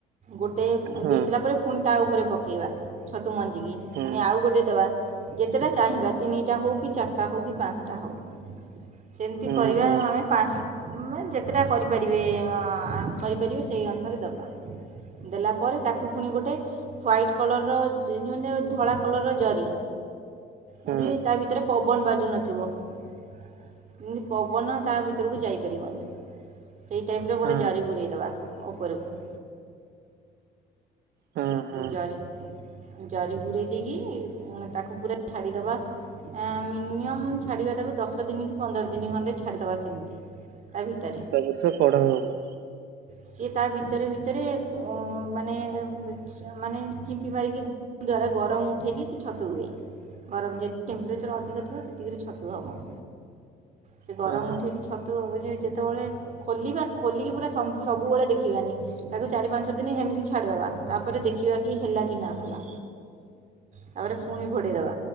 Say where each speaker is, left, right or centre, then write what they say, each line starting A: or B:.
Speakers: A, on the right; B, on the right.
A: ଗୋଟେ
B: ହଁ
A: ଦେଇ ସାରିଲା ପରେ ପୁଣି ତା ଉପରେ ପକା ପକେଇ ବା ଛ ତୁ ମଞ୍ଜିକି
B: ହଁ
A: ପୁଣି ଆଉ ଗୋଟେ ଦବା ଯେତେଟା ଚାହିଁବା ତିନିଟା ହଉ କି ଚାରିଟା ଟା ହେଉ କି ପାଞ୍ଚଟା ହେଉ। ସେମିତି
B: ହଁ
A: କରିବା
B: ହଁ।
A: ଆମେ ପାଞ୍ଚ ତୁମେ ଯେତେଟା କରିପାରିବେ ଆ କରିପାରିବେ ସେଇ ଅନୁସାରେ ଦେବା। ଦେଲା ପରେ ତାକୁ ପୁଣି ଗୋଟେ ହ୍ୱାଇଟ କଲରର ଯେ ମେ ଧଳା କଲର୍ର ଜରି ଯେମିତ
B: ହଁ
A: ତା ଭିତରେ ପବନ ବାଜି ଜୁ ନଥିବ। ଏମିତି ପବନ। ତା ଭିତରକୁ ଯାଇପାରିବନି। ସେଇ ଟାଇପର
B: ହଁ
A: ଗୋଟେ ଜରି ଗୁଡ଼େଇଦବା। ଉପରକୁ
B: ହଁ ହଁ
A: ଜରି। ଜରି ଗୁଡ଼ାଇ ଦେଇକି ତାକୁ ପୁରା ଛାଡ଼ିଦେବା ମିନିମମ୍ ଛାଡ଼ିବା ତାକୁ ଦଶ ଦିନ କି ପନ୍ଦର ଦିନ ଖଣ୍ଡେ ଛାଡ଼ିଦେବା ସେମିତି। ତା ଭିତରେ
B: ତାପର୍ଷ କଡା ହବ।
A: ସିଏ ତା ଭିତରେ ଭିତରେ ମାନେ ମାନେ କିମ୍ପି ମାରିକି ଦ୍ଵାରା ଗରମ ଉଠେଇକି ସେ ଛତୁ ହୁଏ ଗରମ ଯେତେ ଟେମ୍ପ୍ରେରେଚର ଅଧିକ ଥିବ ସେତିକିରେ ଛତୁ ହେବ। ସେ ଗରମ
B: ହଁ
A: ଉଠେଇକି ଛତୁ ହବ ଯେ ଯେ ସେତେବେଳେ ଖୋଲିବା ଖୋଲିକି ପୁରା ସମ୍ପୁ ସବୁବେଳେ ଦେଖିବାନି ତାକୁ ଚାରି ପାଞ୍ଚ ଦିନ ହେମିତି ଛାଡିଦବା ତାପରେ ଦେଖିବା କି ହେଲା କି ନା ହେଲା। ତାପରେ ପୁଣି ଘୋଡ଼େଇ ଦେବା